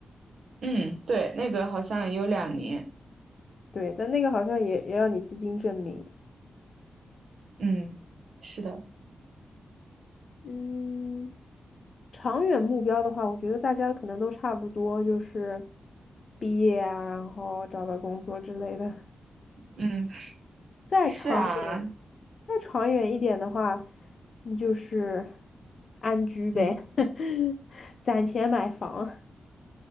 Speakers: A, on the right; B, on the left.
A: 嗯，对，那个好像有两年。
B: 对，但那个好像也也要你资金证明。
A: 嗯，是的，
B: 嗯长远目标的话，我觉得大家可能都差不多，就是毕业啊，然后找到工作之类的。
A: 嗯，
B: 再长远，
A: 是啊，
B: 再长远一点的话，你就是安居呗，
A: 嗯，
B: <laughs> 攒钱买房，